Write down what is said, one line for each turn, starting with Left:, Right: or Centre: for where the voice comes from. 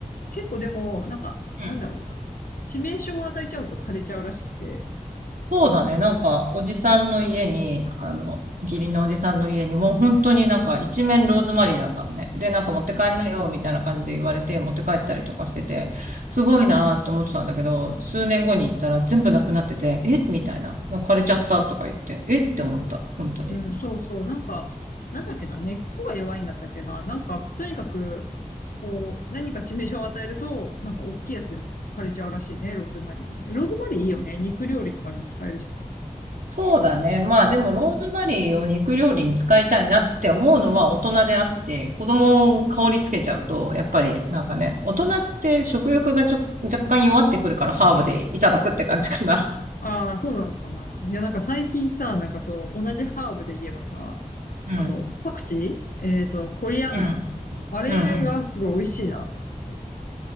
Left: 結構でも、なんか、
Right: うん。
Left: なんだろうな。致命傷を与えちゃうと枯れちゃうらしくて。
Right: そうだね。なんか、おじさんの家に、あの、義理のおじさんの家に、もう本当になんか一面ローズマリーだったのね。で、なんか持って帰んなよ、みたいな感じで言われて、持って帰ったりとかしてて、すごいなーって思ってたんだけど、数年後に行ったら全部なくなってて、えみたいな。枯れちゃったとか言って、えって思った。本当に。
Left: うん、そうそう。なんか、なんだっけな、根っこが弱いんだったっけな。なんか、とにかく、こう、何か致命傷を与えると、なんか大きいやつでも枯れちゃうらしいね、ローズマリーはね。ローズマリーいいよね。肉料理とかにも使えるしさ。
Right: そうだね。まあでもローズマリーを肉料理に使いたいなって思うのは大人であって、子供を香りつけちゃうと、やっぱりなんかね、大人って食欲がちょ、若干弱ってくるからハーブでいただくって感じかな。
Left: ああ、そうなのかな。いや、なんか最近さ、なんかそう、同じハーブで言えばさ、
Right: うん。
Left: あの、
Right: うん。
Left: パクチーえっと、コリアンダーか。
Right: うん。
Left: あれがすごい美味しいなと思ってさ。
Right: うんうん